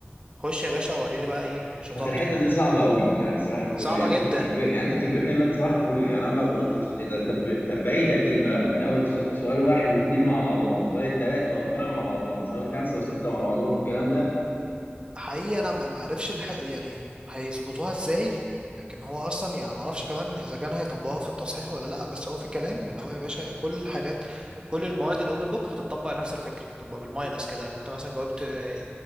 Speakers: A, on the right; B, on the left.
A: خش يا باشا وريني بقى ايه شطارتك
B: بس الحتة دي صعبة قوي يعني صباح الفل
A: صعبة
B: يعني
A: جدا
B: انت بتجبر يعني انت بتجبرني ان انا صباح الفل يعني انا لو غلطت في س- إيه ده طب طب بأي ترتيب بقى من اول سؤ- سؤال واحد واثنين مع بعضهم سؤال ثلاثة واربعة مع بعضهم سؤال خمسة وستة مع بعضهم والكلام ده
A: حقيقي انا ما ما اعرفش الح... يعني هيظبطوها ازاي لكن هو اصلا يعني ما اعرفش كمان اذا كان هيطبقوها في التصحيح ولا لا بس هو في كلام اللي هو يا باشا كل الحاجات كل المواد الاوبن بوك هتطبق نفس الفكره هتطبق بالماينس كده لما انت مثلا جاوبت آه،